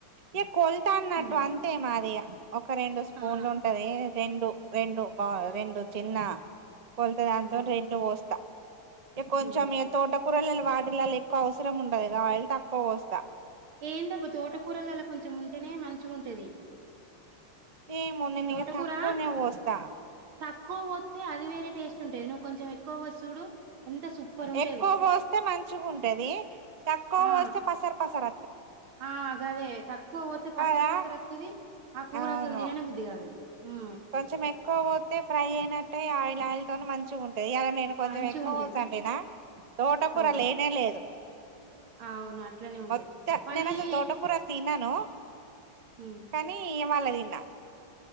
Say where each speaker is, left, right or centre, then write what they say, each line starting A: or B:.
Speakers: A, on the right; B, on the right.
A: ఇ కొలొత అన్నట్టు
B: మ్మ్
A: అంతే మాదియ్య ఒక రెండు స్పూన్లు
B: ఆ
A: ఉంటది రెండు రెండు బా రెండు చిన్న కొలత దానితోటి
B: మ్మ్
A: రెండు పోస్తా ఈ కొంచెం
B: మ్మ్
A: ఈ తోటకూరలల్లో వాటిల్లల్లో క్కువ అవసరం ఉండదుగా ఆయిల్ తక్కువ పోస్తా
B: ఏందబ్బ తోటకూరల్లో కొంచెం ఉంటేనే మంచిగుంటది
A: ఏమో నేను
B: తోటకూర
A: ఇగ తక్కువనే వోస్తా
B: తక్కువ వోత్తే అది వేరే టేస్ట్ ఉంటది నువ్వు కొంచెం ఎక్కువ పోసి చూడు ఎంత సూపర్ ఉంటది
A: ఎక్కువ పోస్తే మంచిగుంటది తక్కువ
B: ఆ
A: పోస్తే పసరు పసర
B: ఆ గదే తక్కువ పోత్తే పసరు
A: కాదా
B: పసరొత్తది ఆ కూర
A: అవును
B: అసలు తిననే బుద్ధి కాదు ఊ
A: కొంచెం ఎక్కువ పోత్తే ఫ్రై అయినట్టే ఆయిల్ ఆయిల్ తను మంచి ఉంటయి ఇలా నేను కొంచెం
B: మంచిగుంటది
A: ఎక్కువోసి అండినా తోట కూర
B: ఆ
A: లేనే లేదు
B: అవును అట్లనే ఉంటది
A: మొత్త
B: మళ్ళీ
A: నేను అసలు తోటకూర తన్నాను
B: ఊ
A: కానీ ఓవాళ తిన్నా